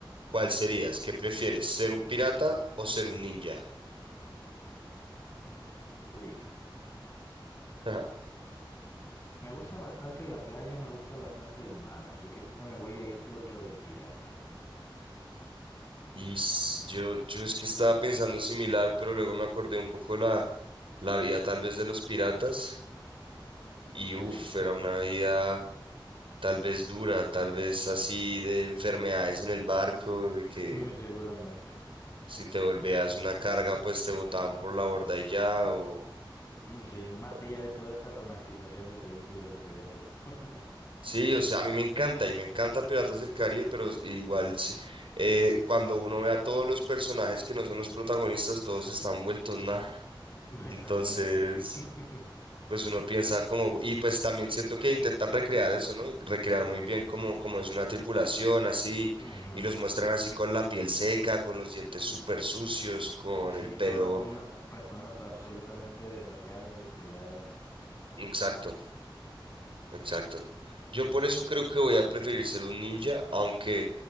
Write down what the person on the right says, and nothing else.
¿cuál serías? ¿Qué prefieres? ¿Ser un pirata o ser un ninja?
<laughs> Ajá.
Y s- yo, yo es que estaba pensando similar, pero luego me acordé un poco la, la vida tal vez de los piratas. Y
uff,
era una vida tal vez dura, tal vez así de enfermedades en el barco, de que
si te volvías una carga, pues te botaban por la borda y ya, o...
o-
Sí, o sea, a mí me encanta y me encanta Piratas del Caribe, pero s- igual sí, eh, cuando uno ve a todos los personajes que no son los protagonistas, todos están vueltos nada. <laughs>
Entonces,
pues uno piensa como, y pues también siento que intentan recrear eso, ¿no? Y Recrear muy bien como, como es una tripulación, así,
y los muestran así con la piel seca, con los dientes súper sucios, con
el pelo.
Exacto, exacto. Yo por eso creo que voy a preferir ser un ninja, aunque